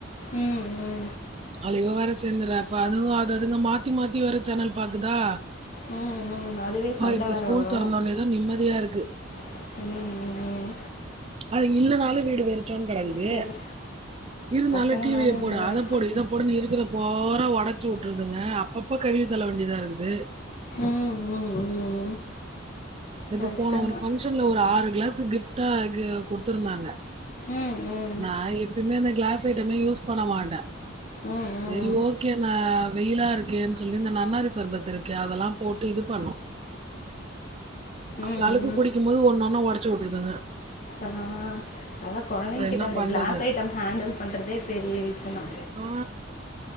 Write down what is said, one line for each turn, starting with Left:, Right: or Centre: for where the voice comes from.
Left: ம் ம்
Right: அது இவவேர சேந்துரா இப்ப அதுவு அது அதுங்க மாத்தி மாத்தி வேற சேனல் பாக்குதா
Left: ம் ம் அதுவே
Right: பா
Left: சண்ட
Right: இப்ப
Left: வேற
Right: ஸ்கூல்
Left: வரு
Right: தொறந்தோன்னேதா நிம்மதியா இருக்கு
Left: ம் ம் ம்
Right: அதுங்க இல்லனாலோ வீடு வெரிச்சோன் கெடக்குது
Left: சரி
Right: இருந்தாலு
Left: பசங்கனாலே
Right: டி விய
Left: இப்டிதான
Right: போடு அத போடு இத போடுனு இருக்கிறப்போறா ஒடச்சு உட்றுதுங்க அப்பப்போ கழுவி தல்ல வேண்டியதா இருக்குது
Left: ம் ம் ம்
Right: தோ இப்ப
Left: கஷ்டந்தா
Right: போனோ ஒரு பஃங்க்ஷன்ல ஒரு ஆறு கிளாஸ் கிஃப்டா கு குடுத்துருந்தாங்க
Left: ம் ம்
Right: நா எப்பிமே அந்த கிளாஸ் ஐட்டமே யூஸ் பண்ண மாட்ட
Left: ம் ம்
Right: செரி ஓக்கே ந வெயிலா இருக்கேன் சொல்லி இந்த நன்னாரி சர்பத்து இருக்கே அதலா போட்டு இது பண்ணோ ஆளாளுக்கு
Left: ம் ம்
Right: குடிக்கும் போது ஒன்னொண்ணோ ஒடச்சு உட்ருதுங்க
Left: ஆ அதா கொழந்தைங்
Right: அப்புறம்
Left: கிட்ட
Right: என்ன
Left: அந்த
Right: பண்றது?
Left: கிளாஸ் ஐட்டம் ஹேண்டில் பண்றதே பெரிய விஷயந்தா
Right: ஆ